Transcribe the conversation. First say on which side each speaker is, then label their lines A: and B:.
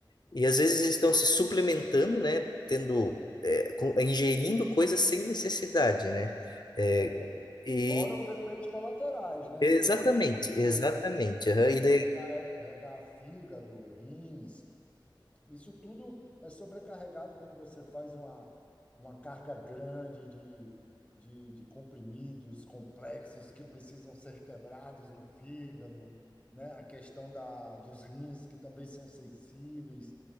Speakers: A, on the left; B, on the left.
A: E às vezes estão se suplementando, né? Tendo, eh, com- ingerindo coisas sem necessidade, né? Eh,
B: é,
A: e
B: fora os efeitos colaterais, né?
A: Exatamente,
B: Que você pode
A: exatamente. aham, E
B: sobrecarregar
A: daí,
B: fígado, rins, Isso tudo é sobrecarregado quando você faz uma, uma carga grande de, de, de comprimidos complexos que precisam ser quebrados no fígado, né? A questão da, dos rins, que também são sensíveis,